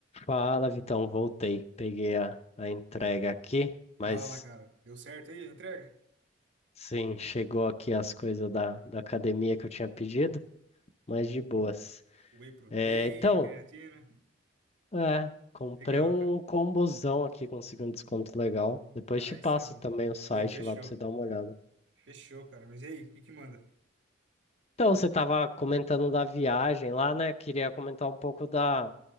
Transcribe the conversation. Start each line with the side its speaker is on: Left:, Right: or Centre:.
Left: Fala, Vitão, voltei. Peguei a, a entrega aqui, mas
Right: Fala, cara. Deu certo aí a entrega?
Left: sim, chegou aqui as coisas da, da academia que eu tinha pedido, mas
Right: Boa.
Left: de boas.
Right: Whey protein,
Left: É, então,
Right: creatina.
Left: é, comprei
Right: Legal,
Left: um
Right: cara.
Left: combozão aqui, consegui um desconto legal. Depois
Right: Nice,
Left: te passo
Right: é bom.
Left: também o site
Right: Pô, fechou.
Left: lá pra você dar uma olhada.
Right: Fechou, cara. Mas e aí, o que que manda?
Left: Então, você tava comentando da viagem lá, né? Queria comentar um pouco da,